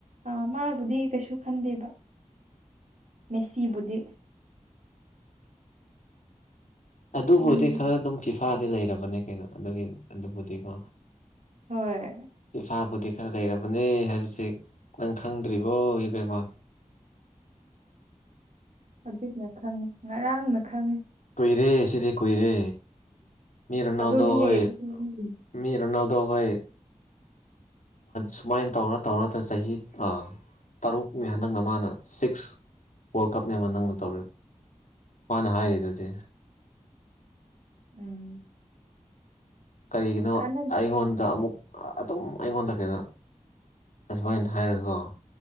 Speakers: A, on the right; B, on the left.
A: ꯑ ꯃꯥꯕꯨꯗꯤ ꯀꯩꯁꯨ ꯈꯟꯗꯦꯕ ꯃꯦꯁꯤꯕꯨꯗꯤ
B: ꯑꯗꯨꯕꯨꯗꯤ
A: ꯎꯝ
B: ꯈꯔ ꯑꯗꯨꯝ ꯐꯤꯐꯥꯗꯤ ꯂꯩꯔꯕꯅꯦ ꯀꯩꯅꯣ ꯑꯗꯨꯒꯤ ꯑꯗꯨꯕꯨꯗꯤꯀꯣ
A: ꯍꯣꯏ
B: ꯐꯤꯐꯥꯕꯨꯗꯤ ꯈꯔ ꯂꯩꯔꯕꯅꯦ ꯍꯥꯏꯕꯁꯦ ꯅꯪ ꯈꯪꯗ꯭ꯔꯤꯕꯣ ꯏꯕꯦꯝꯃ
A: ꯍꯧꯖꯤꯛꯅ ꯈꯪꯉꯤ ꯉꯔꯥꯡꯅ ꯈꯪꯉꯤ
B: ꯀꯨꯏꯔꯦ ꯁꯤꯗꯤ ꯀꯨꯏꯔꯦ ꯃꯤ ꯔꯣꯅꯥꯜꯗꯣ
A: ꯑꯗꯨꯗꯤ
B: ꯍꯣꯏ
A: ꯎꯝ
B: ꯃꯤ ꯔꯣꯅꯥꯜꯗꯣ ꯍꯣꯏ ꯁꯨꯃꯥꯏꯅ ꯇꯧꯔ ꯇꯧꯔꯒ ꯆꯍꯤ ꯇꯔꯨꯛꯅꯤ ꯍꯟꯗꯛꯅ ꯃꯥꯅ ꯁꯤꯛꯁ ꯋꯥꯔꯜ ꯀꯞꯅꯦꯕ ꯅꯪꯅ ꯇꯧ ꯃꯥꯅ ꯍꯥꯏꯔꯤꯗꯨꯗꯤ
A: ꯎꯝ
B: ꯀꯔꯤꯒꯤꯅꯣ
A: ꯀꯥꯟꯅ
B: ꯑꯩꯉꯣꯟꯗ ꯑꯃꯨꯛ ꯑꯗꯨꯝ ꯑꯩꯉꯣꯟꯗ ꯀꯩꯅꯣ ꯑꯁꯨꯃꯥꯏꯅ ꯍꯥꯏꯔꯒ